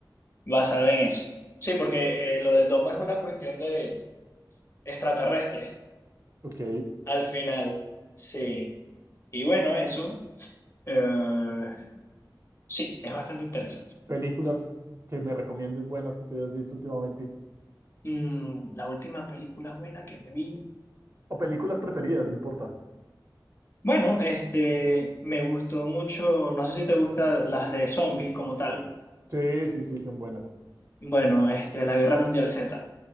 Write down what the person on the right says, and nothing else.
Ok,
películas que me recomiendes buenas que te hayas visto últimamente.
O películas preferidas, no importa.
Sí, sí, sí, son buenas.